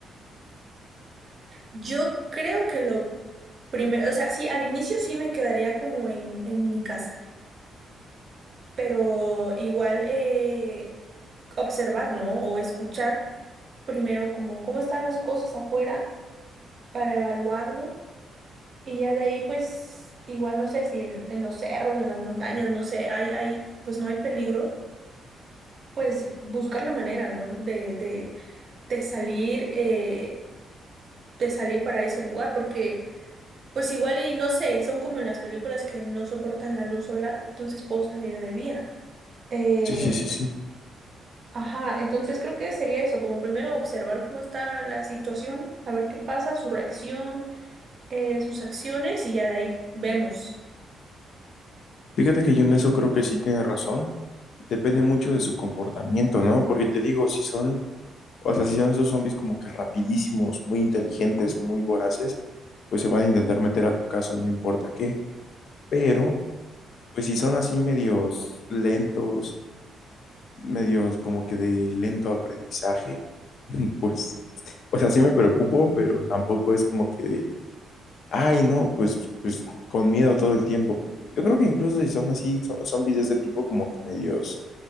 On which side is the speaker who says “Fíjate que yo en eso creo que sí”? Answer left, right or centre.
Left